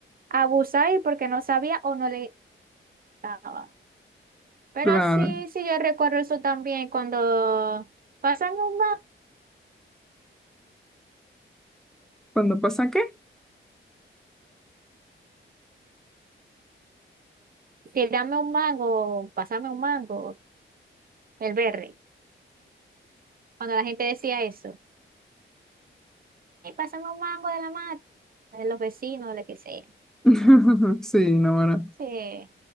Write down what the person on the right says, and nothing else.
abusaba y porque no sabía o no le daba. Pero
sí, sí, yo recuerdo eso también cuando pásame un mango,
tirame un mango, pásame un mango, el berre. Cuando la gente decía eso, "Ey, pásame un mango de la mata, de los vecinos, de lo que sea.
Sí,